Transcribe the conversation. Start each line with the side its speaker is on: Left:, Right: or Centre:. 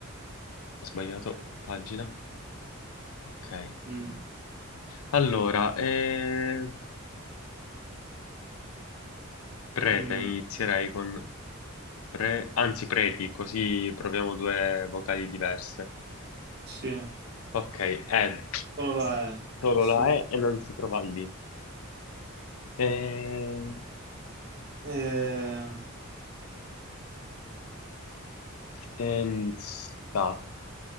Left: Ho sbagliato pagina. Ok.
Right: Mm.
Left: Allora, eh, prete,
Right: Mm,
Left: inizierei con pre, anzi preti, così proviamo due vocali diverse.
Right: Sì,
Left: Ok, ed,
Right: però là è
Left: solo
Right: assurdo.
Left: la E e non si trova lì. Eh,
Right: Ehm,
Left: senza,